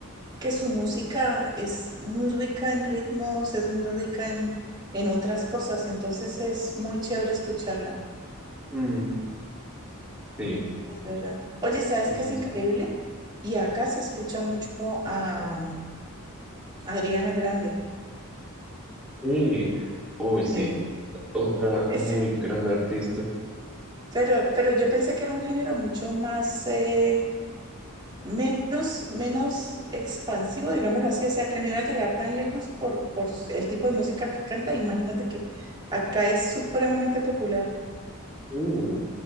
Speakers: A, on the right (about 20°); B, in the centre.
A: que su música es muy rica en ritmos, es muy rica en, en otras cosas, entonces es muy chévere escucharla.
B: Mm, Sí,
A: de verdad. Oye, ¿sabes
B: es
A: qué
B: muy
A: es increíble?
B: cierto.
A: Y acá se escucha mucho a, a Ariana Grande.
B: Sí, uy, sí,
A: Sí.
B: otra
A: Es-
B: muy gran artista.
A: <laughs> pero, pero yo pensé que era un género mucho más, eh, menos, menos expansivo, digámoslo así, o sea, que no iba a llegar tan lejos por, por el tipo de música que canta. Imagínate que acá es supremamente popular.
B: Uh,